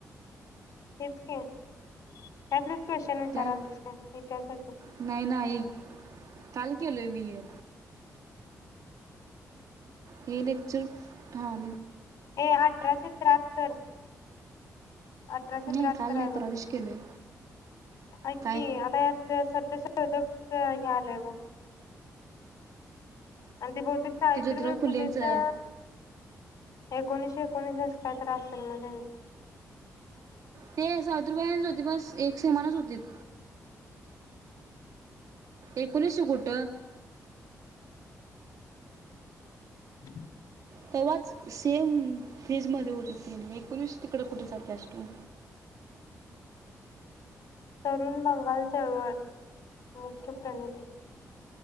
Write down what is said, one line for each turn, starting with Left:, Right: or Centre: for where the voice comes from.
Left: हेच की त्यातलंच क्वेशचन विचाराल
Right: काय
Left: आलतीस का इतिहासाच
Right: नाही नाही काल केलय मीये हे लेक्चर थाव
Left: ए अठराशे त्र्या तर अठराशे
Right: नाही
Left: त्र्याहत्तर
Right: काल नाही
Left: हाय बग
Right: परवा दिवशी
Left: ते.
Right: केलोय
Left: ऐक
Right: काय
Left: की आता ह्या सत्य <unintelligible> हे आलंय बग आणि ते भ सावित्रीबाई
Right: ते ज्योतिराव फुलेंचं
Left: फुलेचा एकोणिशे एकोणीस अस काय तर असल मग त्यांचं.
Right: ते सावत्रीबाई ज्योतिबास एक समानच होतीत. एकोणीशे कुट
Left: <inaudible>
Right: तवाच सेम फेज मध्ये होते तेनी, एकोणीस तिकड कुठ जात्यास तू.
Left: तरुण बंगाल चळवळ मुख्य प्रणिती.